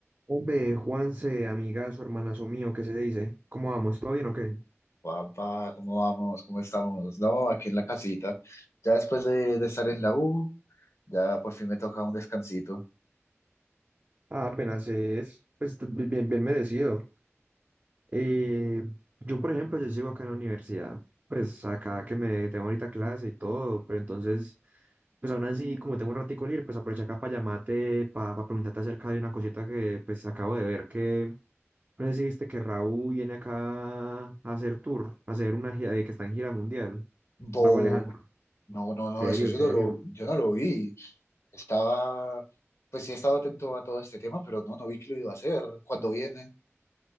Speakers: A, on the right; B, on the left.
A: Hombre, Juanse, amigazo, hermanazo mío, ¿qué se dice? ¿Cómo vamos? ¿Todo bien o qué?
B: Papá, ¿cómo vamos? ¿Cómo estamos? No, aquí en la casita. Ya después de, de estar en la U, ya por fin me toca un descansito.
A: Ah, apenas es, pues, t- bien, bien merecido. Eh, yo, por ejemplo, yo sigo acá en la universidad, pues, acá que me tengo ahorita clase y todo, pero entonces, pues, aún así, como tengo un ratico libre, pues, aprovecho acá para llamarte, para preguntarte acerca de una cosita que, pues, acabo de ver que, no sé si viste que Raúl viene acá a hacer tour, a hacer una gira, eh, que está en gira mundial.
B: Bobo.
A: Raúl Alejandro,
B: No, no, no,
A: serio,
B: eso yo
A: serio.
B: no lo, yo no lo vi. Estaba, pues sí he estado atento a todo este tema, pero no, no vi que lo iba a hacer. ¿Cuándo viene?